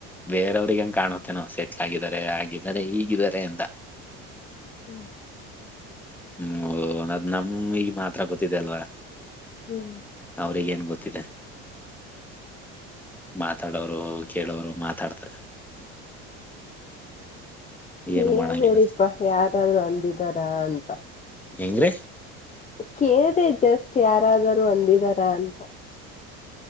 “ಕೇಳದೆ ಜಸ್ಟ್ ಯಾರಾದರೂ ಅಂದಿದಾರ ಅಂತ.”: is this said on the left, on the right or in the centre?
Left